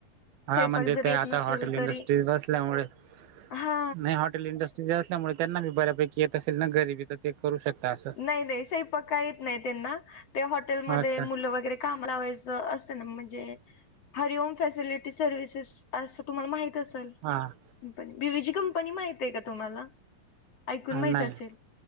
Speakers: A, on the right; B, on the left.
A: हा
B: स्वयंपाक
A: म्हणजे
B: जरी
A: ते
B: येत
A: आता
B: नसेल
A: हॉटेल इंडस्ट्री
B: तरी
A: बसल्यामुळे,
B: हा
A: नाही हॉट हॉटेल इंडस्ट्रीज असल्यामुळे त्यांनाी बऱ्यापैकी येत असेल ना. घरीबी ते करू शकता अस.
B: नाही नाही, स्वयंपाक काय येत नाही त्यांना. ते हॉटेलमध्ये
A: अच्छा
B: मुलं वगैरे काम लावायच असत ना, म्हणजे हरी ओम फसिलिटी सर्वसेस असं तुम्हाला माहित असेल
A: हा
B: company. B V G company माहिते का तुम्हाला? ऐकून माहित
A: नाही
B: असेल.